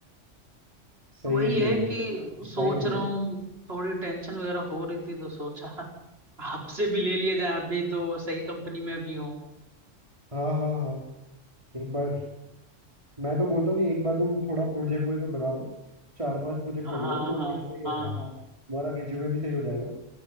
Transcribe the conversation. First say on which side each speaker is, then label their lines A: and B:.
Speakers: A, on the right (about 25°); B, on the right (about 55°).
A: सही
B: तो वही
A: है सही
B: है
A: है
B: कि
A: ट्राई
B: सोच
A: कर लो
B: रहा हूँ थोड़ी टेंशन वगैरह हो रही थी तो सोचा आपसे भी ले लिया जाए आप भी तो सही कंपनी में भी हो
A: हाँ हाँ हाँ एक बार मैं तो बोलता हूँ कि एक बार तुम थोड़ा प्रोजेक्ट वोजेक्ट बना लो चार पांच प्रोजेक्ट
B: हाँ
A: कर लो
B: हाँ
A: तो फिर सही रहता
B: हाँ हाँ
A: है तुम्हारा रिज्यूमे भी सही हो जाएगा